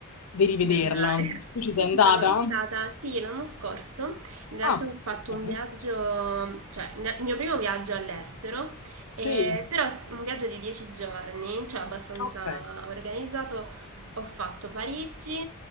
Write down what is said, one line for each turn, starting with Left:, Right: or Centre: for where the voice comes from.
Left: di rivederla.
Right: di andare.
Left: Tu ci
Right: <laughs>
Left: sei
Right: Io
Left: andata?
Right: ci sono stata, sì, l'anno scorso, in realtà
Left: Ah,
Right: ho fatto
Left: ok.
Right: un viaggio, cioè in- il mio primo viaggio all'estero, eh,
Left: Sì.
Right: però s- un viaggio di dieci giorni, cioè abbastanza
Left: Ok.
Right: organizzato, ho fatto Parigi,